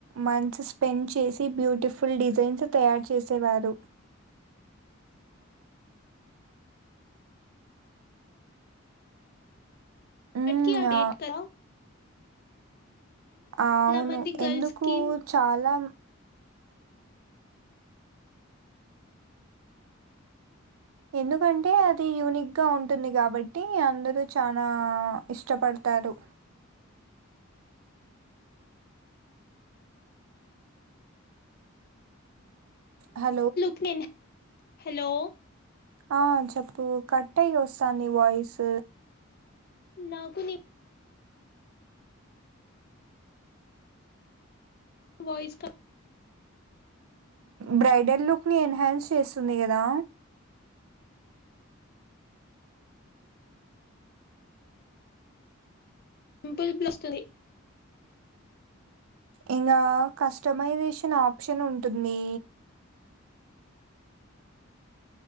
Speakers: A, on the right; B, on the left.
A: మంత్స్ స్పెండ్ చేసి బ్యూటిఫుల్ డిజైన్స్ తయారు చేసేవారు
B: ఇపట్కి
A: మ్మ్,
B: అ డేట్
A: ఆ-
B: కా
A: ఆ అవును
B: మంది గర్ల్స్
A: ఎందుకు
B: కి
A: చాలా ఎందుకంటే అది యూనిక్గా ఉంటుంది కాబట్టి అందరూ చానా ఇష్టపడతారు హా
B: క్ నేనే హలో
A: ఆ చెప్పు కట్ అయ్యి వస్తాంది వాయిస్
B: నాకు నీ వాయిస్ క
A: బ్రైడల్ లుక్ని ఎన్హాన్స్ చేస్తుంది కదా
B: <unintelligible> వస్తుంది
A: ఇంగా కస్టమైజేషన్ ఆప్షన్ ఉంటుంది